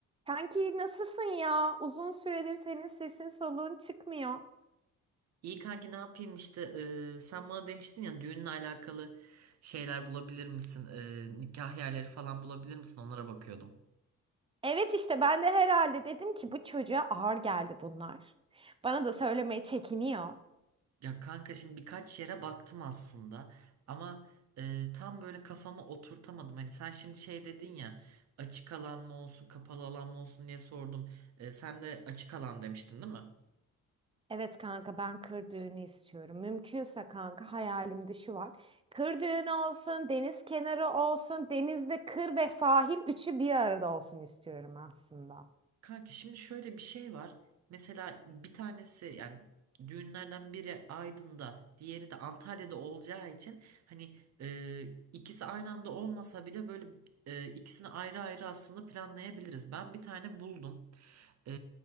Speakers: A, on the right; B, on the right.
A: Kanki nasılsın ya? Uzun süredir senin sesin soluğun çıkmıyor.
B: İyi kanki ne yapayım işte e, sen bana demiştin ya düğünle alakalı şeyler bulabilir misin? E, nikah yerleri falan bulabilir misin? Onlara bakıyordum.
A: Evet işte ben de herhalde dedim ki bu çocuğa ağır geldi bunlar. Bana da söylemeye çekiniyor.
B: Ya kanka şimdi birkaç yere baktım aslında ama e, tam böyle kafama oturtamadım. Hani sen şimdi şey dedin ya açık alan mı olsun kapalı alan mı olsun diye sordum. E, sen de açık alan demiştin değil mi?
A: Evet kanka ben kır düğünü istiyorum. Mümkünse kanka hayalimde şu var. Kır düğünü olsun, deniz kenarı olsun, denizde kır ve sahil üçü bir arada olsun istiyorum aslında.
B: Kanki şimdi şöyle bir şey var. Mesela bir tanesi yani düğünlerden biri Aydın'da, diğeri de Antalya'da olacağı için hani e, ikisi aynı anda olmasa bile böyle e, ikisini ayrı ayrı aslında planlayabiliriz. Ben bir tane buldum. E,